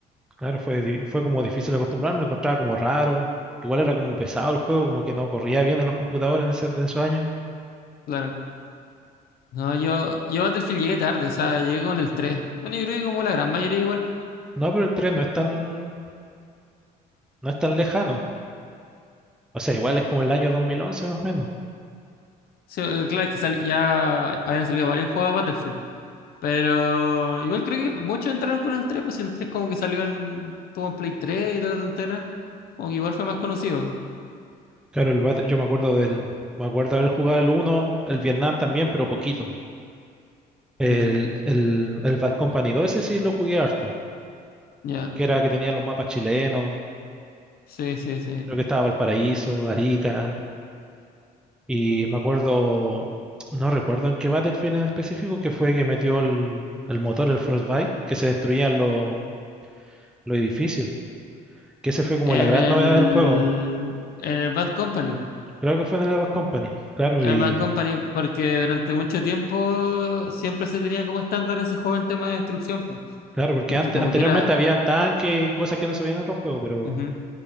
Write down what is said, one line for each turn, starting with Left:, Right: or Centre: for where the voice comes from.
Centre: Claro, fue, di- fue como difícil acostumbrarme, lo encontraba como raro. Igual era como pesado el juego, como que no corría bien en los computadores en, ese- de esos años.
Left: Claro. No, yo, yo a Battlefield llegué tarde, o sea, llegué con el tres Bueno, yo creo que como la gran mayoría igual.
Centre: No, pero el 3 no es tan, no es tan lejano. O sea, igual es como el año 2011 más o menos.
Left: se- eh, claro, es que sal- ya habían salido varios juegos de Battlefield. Pero igual creo que muchos entraron con el tres pues si el tres como que salió en. Todo en Play 3 y toda la tontera. Como que igual fue más conocido.
Centre: Claro, el Battle- yo me acuerdo del, me acuerdo haber jugado el uno, el Vietnam también, pero poquito. El,
Left: Ya,
Centre: el, el Bad Company 2, ese sí lo jugué harto,
Left: ya.
Centre: que era que tenía los mapas chilenos,
Left: Sí, sí, sí.
Centre: creo que estaba Valparaíso, Arica. Y me acuerdo, no recuerdo en qué Battlefield en específico, que fue que metió el, el motor, el Frostbite, que se destruían los los edificios. Que ese fue como
Left: En
Centre: la gran
Left: el.
Centre: novedad del juego.
Left: En el Bad Company.
Centre: Creo que fue en el Bad Company, claro,
Left: el
Centre: y
Left: Man Company, porque durante mucho tiempo siempre se tenía como estándar ese juego en tema de destrucción, po,
Centre: claro, porque
Left: porque
Centre: ante-
Left: como
Centre: anteriormente
Left: que era...
Centre: habían tanques y cosas que no se veían en otro juego, pero
Left: ujú,